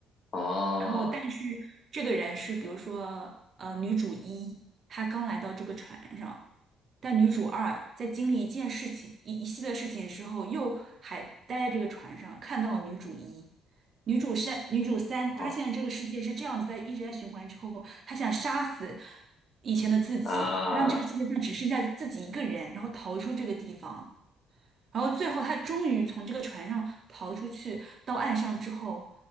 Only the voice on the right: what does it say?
然后但是这个人是比如说呃女主一，她刚来到这个船上，但女主二在经历一件事情一一系列事情之后，又还待在这个船上，看到了女主一。女主三，女主三发现这个世界是这样子，
在一直在循环之后，她想杀死以前的自己，
让这个世界上只剩下自己一个人，然后逃出这个地方。然后最后他终于从这个船上逃出去，到岸上之后，